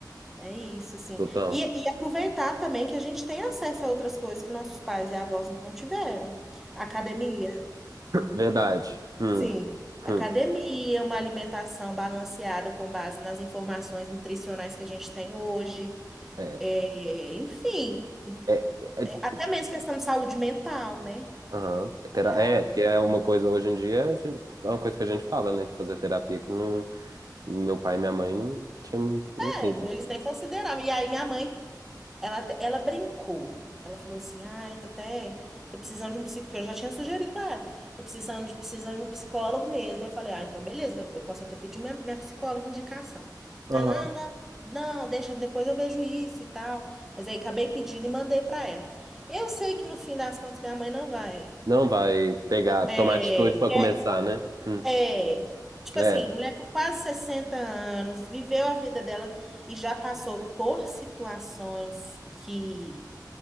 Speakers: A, in the centre; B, on the right (about 55°).
A: é isso, assim.
B: total.
A: E, e aproveitar também que a gente tem acesso a outras coisas que nossos pais e avós não tiveram. Academia,
B: Verdade. Hum,
A: sim. Academia,
B: hum,
A: uma alimentação balanceada com base nas informações nutricionais que a gente tem hoje.
B: é.
A: É, enfim,
B: É, é,
A: é, até mesmo questão de saúde mental, né?
B: aham. É Tera-
A: Algo
B: é, porque
A: assim.
B: é uma coisa hoje em dia, a gente- é uma coisa que a gente fala, né? De fazer terapia que não, meu pai e minha mãe não tinham, não
A: É,
B: teve.
A: eles nem consideravam. E aí minha mãe Ela, ela brincou. Ela falou assim: ai, tô até. Tô precisando de um psicólogo. Eu já tinha sugerido pra ela. Tô precisando de, precisando de um psicólogo mesmo. Eu falei: ah, então beleza, eu posso até pedir minha, minha psicóloga indicação. Aí
B: Aham.
A: Ela, ah, não, não, deixa, depois eu vejo isso e tal. Mas aí acabei pedindo e mandei pra ela. Eu sei que no fim das contas minha mãe não vai.
B: Não vai pegar,
A: É,
B: tomar atitude pra
A: quer,
B: começar, né? Hum.
A: é. é, Tipo
B: É,
A: assim, mulher com quase 60 anos, viveu a vida dela e já passou por situações que